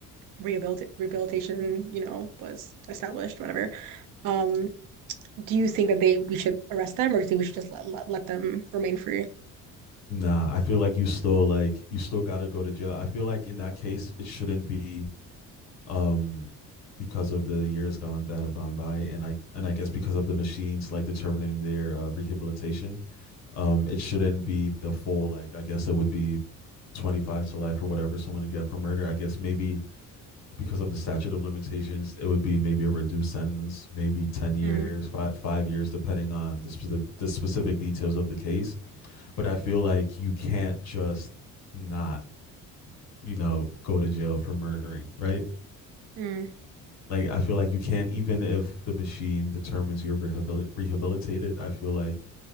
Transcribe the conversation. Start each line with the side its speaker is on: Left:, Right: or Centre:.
Right: rehabilit rehabilitation, you know, was established, whatever. Um, do you think that they we should arrest them or do you think we should just let let, let them remain free?
Left: nah i feel like you still like you still got to go to jail i feel like in that case it shouldn't be um because of the years gone that have gone by and i and i guess because of the machines like determining their uh, rehabilitation um it shouldn't be the full like i guess it would be 25 to life or whatever someone to get for murder i guess maybe because of the statute of limitations it would be maybe a reduced sentence maybe 10 years
Right: Mm,
Left: five, five years depending on the specific, the specific details of the case but i feel like you can't just not you know go to jail for murdering right
Right: mm.
Left: like i feel like you can't even if the machine determines you're rehabil- rehabilitated i feel like